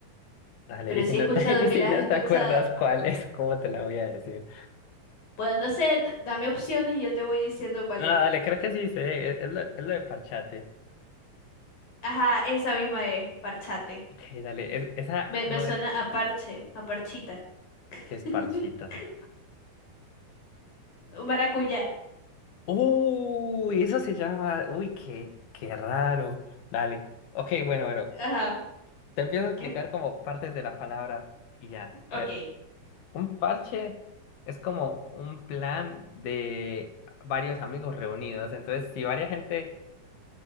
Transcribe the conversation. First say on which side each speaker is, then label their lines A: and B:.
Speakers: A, on the left; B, on the left.
A: Dale,
B: Pero
A: y si
B: sí
A: no
B: he escuchado
A: te, <laughs> y
B: que
A: si
B: la
A: no
B: has escuchado.
A: te acuerdas cuál es, ¿cómo te la voy a decir?
B: Pues no sé, d- dame opciones y yo te voy diciendo cuál
A: No,
B: es.
A: dale, creo que sí sé, es, es lo, es lo de parchate.
B: Ajá, esa misma es, parchate.
A: Ok, dale, es- esa
B: Me,
A: no
B: me suena
A: es
B: a parche, a parchita.
A: que es
B: <laughs>
A: parchita.
B: Maracuyá.
A: Uy, eso se llama, uy, qué, qué raro. Dale, ok, bueno, bueno,
B: Ajá,
A: Te empiezo a explicar
B: que,
A: como partes de la palabra y ya. A
B: ok.
A: ver, un parche es como un plan de varios amigos reunidos. Entonces, si varias gente